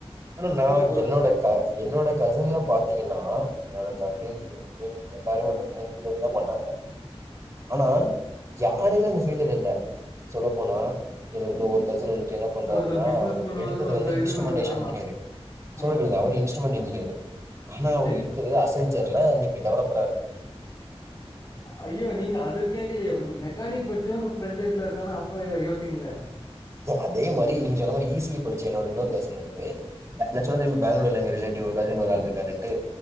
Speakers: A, on the right; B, on the left.
A: அனா நா
B: போல
A: என்னோட க என்னோட கசின்ல பாத்தீங்கன்னா என்னோட காருகைன்ஸ்ரியா கேட்டுச்சு பாருங்க பச்சனை இங்கேந்து தா பன்றாங்க ஆனா யாருமே அந்த பீல்டுல இல்ல சொல்ல போனா என்னோட இந்த ஒரு கசின் வந்துட்டு என்ன பண்றாருன்னா
B: ஒருத்தர் பிசினஸ்
A: ஒரு
B: பண்ணுவாங்க
A: எடுத்தது
B: ஒருத்தர்
A: வந்து இன்ஸ்ட்டுமன்ட்டேஷன்
B: இது பண்ணுவாங்க ஆமா
A: இன்ஜினேரு சுடர்லே
B: ஆமா
A: அவுரு இன்ஸ்டுமண்ட் இன்ஜினியரு ஆனா அவுரு
B: சரி
A: இருக்குறது அசந்ச்சர்ல இன்னக்கி டெவலப் போறா இருக்கா
B: ஐயோ நீங்க அது கேக்கலையே ஒன்னு மெக்கானிக் படிச்சவ இப்ப ஃபிரண்ட்எட்ல இருக்கானா அப்ப யோ யோசிக்கங்கள்ல
A: அதே மாரி நீங்க சொன்ன மாரி இ சி இ படிச்ச என்னோட இன்னொரு கசின் வந்துட்டு நா சொன்ன தெரிமா பேங்ளூர்ல எங்க ரிலேட்டிவ் ரஜன் ஒரு ஆள் இருக்காருன்ட்டு